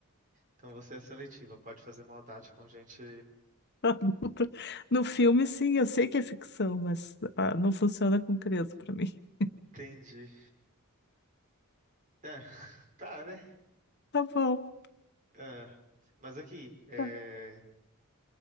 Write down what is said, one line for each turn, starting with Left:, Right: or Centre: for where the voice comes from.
Right: Então você é seletiva, pode fazer maldade com gente.
Left: <laughs> adulta. No filme, sim, eu sei que é ficção, mas ah, não funciona com criança pra mim. <laughs>
Right: Entendi. É, <laughs> tá, né?
Left: Tá bom.
Right: Ah, mas aqui, é,
Left: tá.